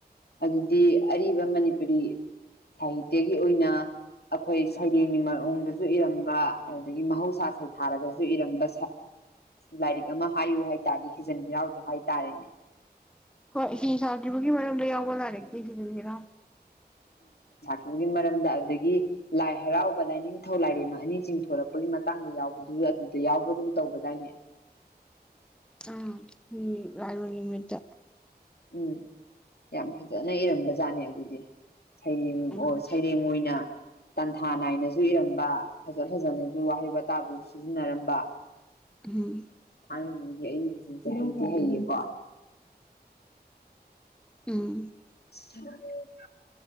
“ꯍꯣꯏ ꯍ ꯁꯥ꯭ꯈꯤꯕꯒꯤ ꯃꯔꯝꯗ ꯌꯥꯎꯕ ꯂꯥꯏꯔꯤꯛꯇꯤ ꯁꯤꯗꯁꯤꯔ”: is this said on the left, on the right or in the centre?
Centre